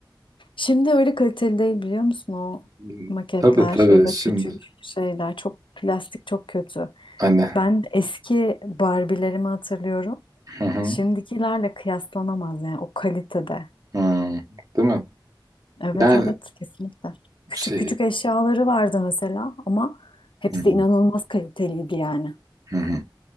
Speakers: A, on the left; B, on the right.
A: Şimdi öyle kaliteli değil biliyor musun o
B: Hmm.
A: maketler
B: tabii tabii
A: ya da
B: şimdi
A: küçük şeyler çok plastik çok kötü.
B: hani
A: Ben eski Barbie'lerimi hatırlıyorum.
B: hı hı,
A: Şimdikilerle kıyaslanamaz yani o kalitede.
B: hı, değil mi?
A: Evet
B: Yani
A: evet kesinlikle. Küçük
B: şey
A: küçük eşyaları vardı mesela ama Hepsi
B: hı,
A: inanılmaz kaliteliydi yani.
B: hı, hı.